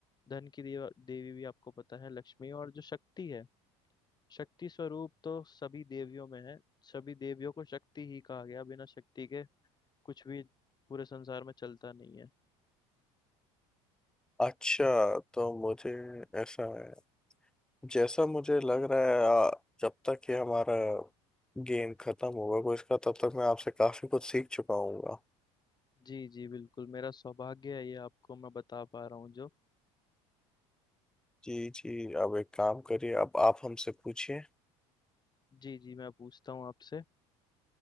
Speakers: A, on the left; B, in the centre.
A: धन की देव, देवी भी आपको पता है लक्ष्मी और जो शक्ति है शक्ति स्वरूप तो सभी देवियों में है सभी देवियों को शक्ति ही कहा गया बिना शक्ति के कुछ भी पूरे संसार में चलता नहीं है
B: अच्छा तो मुझे ऐसा है जैसा मुझे लग रहा है आ, जब तक ये हमारा गेम खत्म होगा कोई इसका तब तक मैं आपसे काफी कुछ सीख चुका हूँगा
A: जी जी बिल्कुल मेरा सौभाग्य है ये आपको मैं बता पा रहा हूँ जो
B: जी जी अब एक काम करिए अब आप हमसे पूछिए
A: जी जी मैं पूछता हूँ आपसे